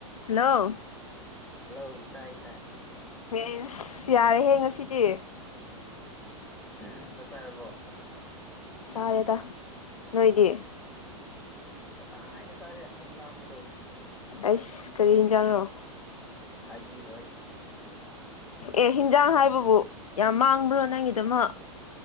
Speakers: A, on the left; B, in the centre.
A: hello
B: hello ꯇꯥꯏ ꯇꯥꯏ
A: ꯑꯁ ꯌꯥꯔꯦ ꯍꯌꯦꯉꯁꯤꯗꯤ
B: ꯋꯥꯛ ꯋꯕꯥꯔꯣ
A: ꯆꯥꯔꯦꯗ ꯅꯣꯏꯗꯤ
B: ꯉꯁꯥꯏ ꯍꯥꯏꯅ ꯆꯥꯔꯦ ꯑꯃꯨꯛ ꯂꯥꯝꯒꯗꯧꯔꯦ
A: ꯑꯩꯁ ꯀꯔꯤ ꯌꯦꯟꯖꯡꯂꯣ
B: ꯍꯥꯏꯕꯤꯔꯣꯏ
A: ꯑꯦ ꯍꯤꯟꯖꯥꯡ ꯍꯥꯏꯕꯕꯨ ꯌꯥꯝ ꯃꯥꯡꯕ꯭ꯔꯣ ꯅꯪꯒꯤꯗꯃꯛ